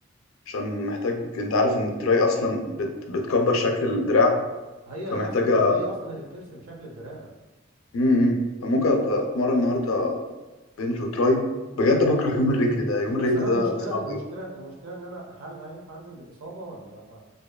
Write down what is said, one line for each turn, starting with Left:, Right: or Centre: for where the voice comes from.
Left: عشان محتاج انت عارف ان التراي اصلا بت... بتكبر شكل الدراع
Right: هي
Left: فمحتاجة
Right: هي اصلا هي اصلا اللي بترسم شكل الدراع
Left: امم فممكن أت- اتمرن النهارده بنج وتراي بجد بكره يوم الرجل ده يوم
Right: بس
Left: الرجل
Right: انا
Left: ده
Right: المشكله
Left: صعب
Right: المشكله
Left: قوي
Right: المشكله ان انا هل هينفع انزل بالاصابه ولا لا